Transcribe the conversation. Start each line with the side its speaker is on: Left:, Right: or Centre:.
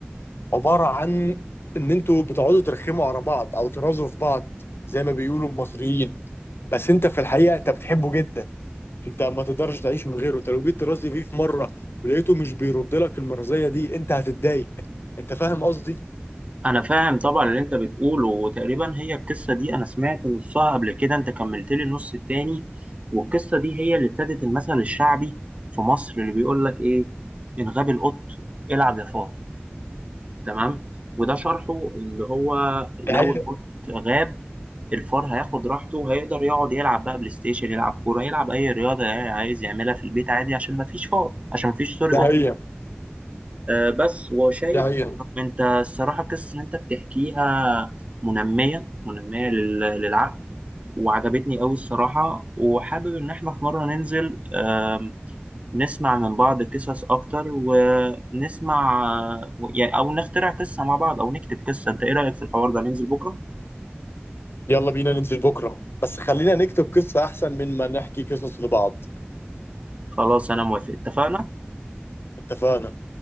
Left: عباره عن ان انتوا بتقعدوا ترخموا على بعض او ترازوا في بعض زي ما بيقولوا المصريين بس انت في الحقيقه انت بتحبه جدا انت ما تقدرش تعيش من غيره انت لو جيت ترازي فيه في مره ولقيته مش بيرد لك المرضيه دي انت هتتضايق انت فاهم قصدي
Right: انا فاهم طبعا اللي انت بتقوله وتقريبا هي القصة دي انا سمعت نصها قبل كده انت كملت لي النص التاني والقصة دي هي اللي ابتدت المثل الشعبي في مصر اللي بيقول لك ايه ان غاب القط العب يا فار تمام وده شرحه اللي هو لو
Left: ده هي
Right: القط غاب الفار هياخد راحته هيقدر يقعد يلعب بقى بلاي ستيشن يلعب كوره يلعب اي رياضه يعني عايز يعملها في البيت عادي عشان ما فيش فار عشان ما فيش سوري
Left: ده
Right: قط
Left: هي
Right: آه بس وشايف
Left: ده هي
Right: انت الصراحه القصه اللي انت بتحكيها منميه منميه لل- للعقل وعجبتني قوي الصراحه وحابب ان احنا في مره ننزل آم، نسمع من بعض قصص اكتر ونسمع آه، يعني او نخترع قصه مع بعض او نكتب قصه انت ايه رايك في الحوار ده ننزل بكره
Left: يلا بينا ننزل بكره بس خلينا نكتب قصه احسن من ما نحكي قصص لبعض
Right: خلاص انا موافق اتفقنا
Left: اتفقنا